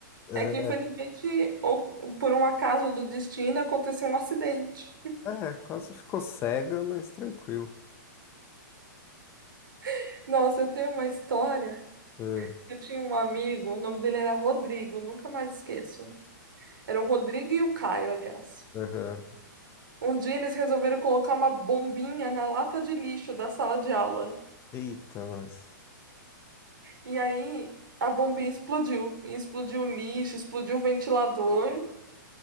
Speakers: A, on the left; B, on the right.
A: É,
B: É que, infelizmente, ou por um acaso do destino, aconteceu um acidente.
A: é, quase ficou cega, mas tranquilo.
B: <laughs> Nossa, eu tenho uma história.
A: É, é,
B: Eu tinha um amigo, o nome dele era Rodrigo, nunca mais esqueço. Era o Rodrigo e o Caio, aliás.
A: aham.
B: Um dia eles resolveram colocar uma bombinha na lata de lixo da sala de aula.
A: Eita, nós.
B: E aí a bombinha explodiu. E explodiu o lixo, explodiu o ventilador